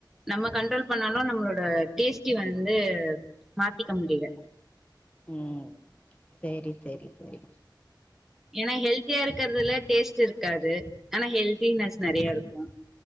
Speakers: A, in the centre; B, on the left.
A: நம்ம கண்ட்ரோல்
B: ஆ
A: பண்ணாலு நம்மளோட டேஸ்ட்டி வந்து மாத்திக்க முடியல
B: ம் சேரி சேரி சேரி
A: ஏன்னா ஹெல்தியா இருக்கிறதுல டேஸ்ட்டு இருக்காது ஆனா ஹெல்தினஸ் நறைய இருக்கு